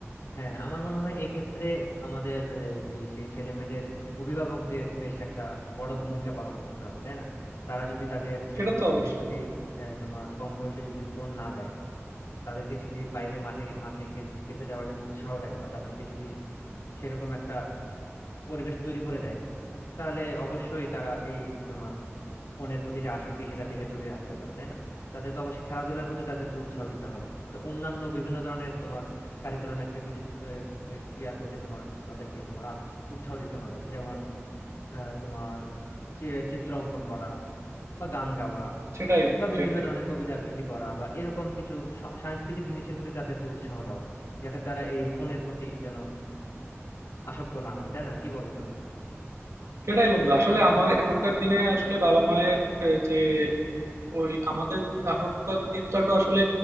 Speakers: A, on the left (about 80°); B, on the right (about 75°).
A: হ্যাঁ আমার মনে হয় এক্ষেত্রে আমাদের আহ, যে সেই ছেলে মেয়েদের অভিভাবকদের বেশ একটা বড় ভূমিকা পালন করতে হবে তাই না তারা যদি তাদের ছেলে
B: সেটা
A: মেয়েদেরকে
B: তো অবশ্যই
A: যদি আহ, তোমার কম বয়সে যদি ফোন না দেয় তাদেরকে যদি বাইরে মাঠে মাঠে খেল- খেলতে যাওয়ার জন্য উৎসাহ দেয় বা তাদেরকে যদি সেরকম একটা পরিবেশ তৈরি করে দেয় তাহলে অবশ্যই তারা এই তোমার ফোনের প্রতি যে আসক্তি সেটা থেকে দূরে আসতে পারে তাই না তাদেরকে অবশ্যই খেলাধুলার প্রতি তাদেরকে উৎসাহ দিতে হবে তো অন্যান্য বিভিন্ন ধরনের তোমার কারিকুলাম অ্যাক্টিভিটিস ইয়ার প্রতি তোমার তাদেরকে তোমার আত- উৎসাহ দিতে হবে যেমন আহ, তোমার চি- চিত্র অঙ্কন করা বা গান গাওয়া
B: সেটাই বন্ধু
A: বা বিভিন্ন
B: সেটাই
A: ধরনের কবিতা আবৃত্তি করা বা এরকম কিছু সা- সাংস্কৃতিক জিনিসের প্রতি তাদেরকে উৎসাহ দেওয়া যাতে তারা এই ফোনের প্রতি যেন আসক্ত না হয় তাই না কি বলো তুমি
B: সেটাই বন্ধু আসলে আমার এখনকার দিনে আসলে বাবা মায়ের আহ, যে ওই আমাদের এখনকার দিনটা তো আসলে